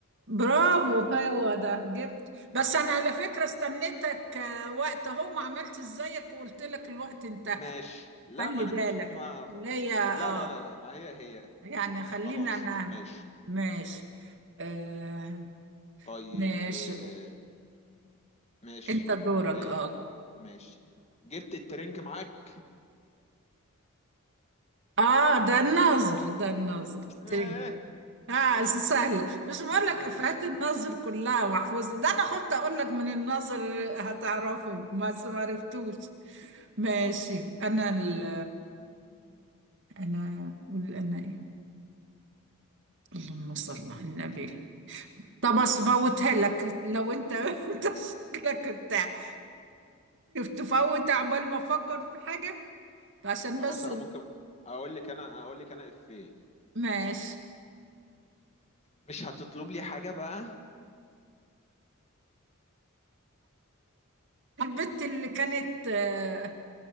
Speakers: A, on the right (about 60°); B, on the left (about 30°).
A: برافو هو ده جبت بس انا على فكرة استنيتك آه، وقت اهو ما عملت ازيك وقلت لك الوقت انتهى
B: ماشي لا
A: خلي
B: ما
A: بالك
B: انت ما
A: ليا
B: لا
A: اه
B: لا لا لا ما هي هي
A: يعني خلينا
B: خلاص
A: انا
B: طب ماشي
A: ماشي آه
B: طيب
A: ماشي
B: آه، ماشي
A: انت دورك
B: آه،
A: اه
B: ماشي جبت الترنك معاك
A: اه ده الناظر ده الناظر
B: <laughs>
A: تاني.
B: آه،
A: اه سهلة مش بقول لك
B: ماشي
A: افيهات الناظر كلها محفوظة ده انا خفت اقول لك من الناظر هتعرفه بس ما عرفتوش ماشي انا ال انا أقول انا ايه اللهم صل على النبي طب افوتها لك لو انت <laughs> انت شكلك بتاع تفوت عقبال ما افكر في حاجة عشان
B: خلاص
A: بس
B: انا
A: ال-
B: ممكن اقول لك انا اقول لك انا افيه
A: ماشي
B: مش هتطلب لي حاجة بقى
A: البت اللي كانت آه،